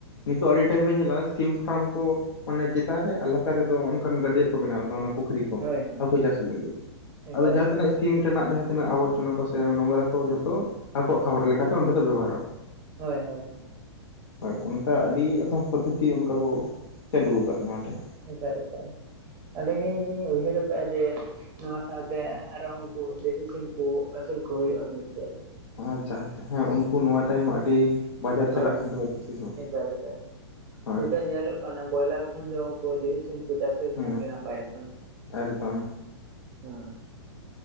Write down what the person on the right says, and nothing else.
ᱦᱳᱭ ᱦᱳᱭ
ᱮᱠᱟᱞ
ᱮᱠᱟᱞ
ᱦᱳᱭ ᱦᱳᱭ
ᱮᱠᱟᱞ ᱮᱠᱟᱞ ᱟᱹᱞᱤᱧ ᱦᱚᱸᱞᱤᱧ ᱩᱭᱦᱟᱹᱨ ᱟᱠᱟᱫᱼᱟ ᱡᱮ ᱱᱚᱣᱟ ᱥᱟᱶᱛᱮ ᱟᱨᱚ ᱩᱱᱠᱩ ᱫᱮᱥᱤ ᱥᱤᱢ ᱠᱚ ᱟᱹᱥᱩᱞ ᱠᱚ ᱦᱩᱭᱩᱜᱼᱟ ᱢᱮᱱᱛᱮ
ᱦᱳᱭ
ᱦᱳᱭ
ᱮᱠᱟᱞ ᱮᱠᱟᱞ
ᱱᱤᱛᱚᱜ ᱧᱮᱞᱚᱜ ᱠᱟᱱᱟ ᱵᱚᱭᱞᱟᱨ ᱠᱷᱚᱱ ᱫᱚ ᱩᱱᱠᱩ ᱫᱤᱥᱤ ᱥᱤᱢ ᱠᱚ ᱪᱟᱥ ᱞᱮᱠᱚ
ᱠᱷᱟᱱ ᱜᱮ ᱱᱟᱯᱟᱭᱚᱜ ᱠᱟᱱᱟ
ᱦᱳᱭ